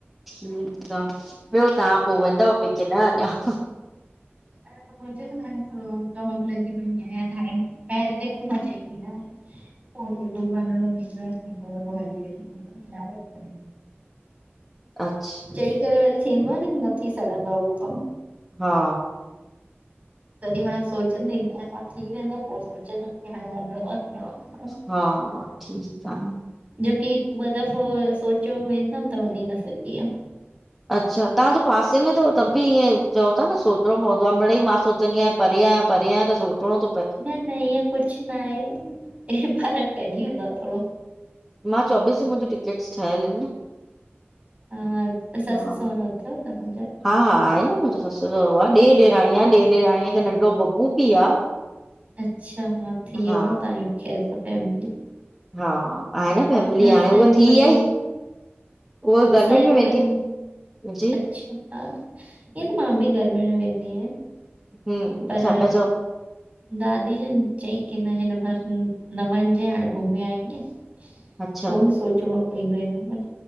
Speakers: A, in the centre; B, on the right (about 35°).
A: ठीकु आ, ॿियो तव्हां पो वेंदव पेके, न अञा।
B: अञा त पहुतम हाणे, थोड़ो कम में लॻी पइ आहियां हाणे। पहिरे त हिकु न चहींदी न। पो इलो बधण थी वेंदो आ पो हली वेंदी आयां।
A: अच्छा
B: चई करे वरी थींदो आ न की न थी सघंदो आ उहो कमु।
A: हा,
B: तॾीं मां सोचंदी ई न आयां मां, थी वेंदो पो सोचंदमि की हाणे वञिणो आ की न वञिणो आ।
A: हा, ठीक आ न।
B: जोकी हिक ॿ दफ़ो सोचो वेंदम त वञी न सघी यम।
A: अच्छा तव्हांजे पासे में तव तब बि ईअं चओ ता न सोचणो पवंदो आ, मिड़ई मां सोचंदी आयां परेयां, परेयां त सोचणो त
B: न न ईअं कुछ न आहे, फ़र्क़ पइजी वेंदो आ थोड़ो।
A: मां चोबीस जूं मुंजी टिकेट्स ठहयल एन न।
B: हा, सस
A: हा
B: सहुरो अथव तव्हांजा?
A: हा हा आहे न मुंजो सस सहुरो आ, ॾे ॾेराणी आ, ॾे ॾेराणीअ खे नंढो बबू बि आ।
B: अच्छा हा, थीयव
A: हा
B: तव्हांजी खैर त फैमिली।
A: हा आहे र फैमिली
B: न
A: हाणे
B: असांजे
A: उहा
B: में
A: थी
B: वरी
A: आई, उहा
B: असांजे
A: गर्मियूंन में
B: वरी
A: वेंदीयूं जी
B: अच्छा हा, ईअं त मां ॿि गर्मियूंन में वेंदी आयां।
A: हम्म
B: पर
A: छा पिया चओ
B: दादी जन चईं कि न हिन भेरे न वञजय, हाणे घुमी आईअं। त
A: अच्छा
B: उहोबी सोचणो पंईदो इन में।